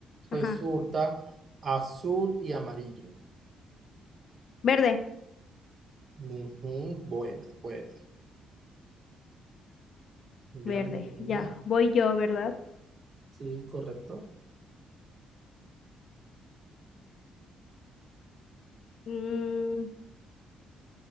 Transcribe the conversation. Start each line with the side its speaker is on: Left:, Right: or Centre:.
Left: Ajá.
Right: resulta azul y amarillo?
Left: Verde.
Right: Ujú, buena, buena. Envíame
Left: Verde.
Right: una.
Left: Ya. Voy yo, ¿verdad?
Right: Sí, correcto.
Left: Mm,